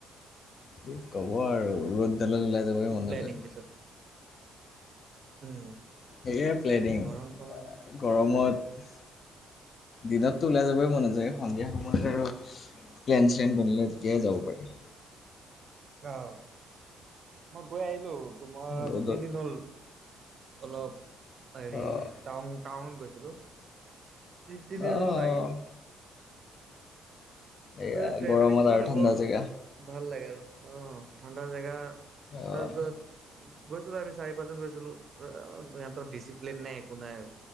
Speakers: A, on the left (about 45°); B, on the right (about 45°).
A: কি ক'ব আৰু ৰ'দডালত ওলাই যাবই
B: টিপ
A: মন
B: প্লেনিং
A: নযায়।
B: পিছত উম।
A: সেয়াই প্লেনিং
B: গৰমখনত আৰু।
A: গৰমত দিনততো ওলাই যাবই মন নাযায় সন্ধিয়া সময়ত আৰু প্লেন চেলেন বনিলে তেতিয়াই যাব পাৰি
B: অহ মই গৈ আহিলো তোমাৰ আজি
A: ৰ'দত
B: তিনিদিন হ'ল অলপ হেৰি
A: অ',
B: টাউন- টাউনত গৈছিলো। তি তিনিদিন
A: অ',
B: হল আহিলো।
A: এয়া
B: তই ট্ৰেভেলিংটো
A: গৰমত
B: মানে
A: আৰু ঠাণ্ডা
B: বহুত
A: জেগা
B: ভাল লাগে আৰু অ, ঠাণ্ডা জেগা তাৰপিছত
A: অ',
B: গৈছিলো আমি চাৰি পাঁচজন গৈছিলো আ ইহঁতৰ ডিচিপ্লিন নাই একো নাই।